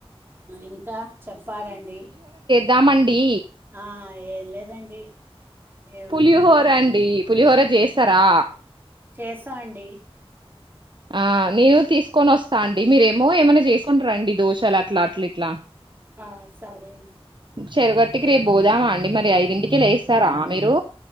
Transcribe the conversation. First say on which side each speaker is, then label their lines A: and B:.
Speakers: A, on the right; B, on the right.
A: ఇంకా చెప్పారండి
B: దామండి
A: ఆ ఏం లేదండి ఏముందండి
B: పులిహోర అండి పులిహోర చేస్తారా
A: చేస్తా అండి
B: ఆ నేను తీసుకొని వస్తా అండి మీరేమో ఏమైనా చేసుకుంటారండి దోషాలు అట్లా అట్లా ఇట్లా
A: ఆ సరే
B: చెరుగట్టుకి రేపు పోదామా అండి మరి ఐదింటికి లేేస్తారా మీరు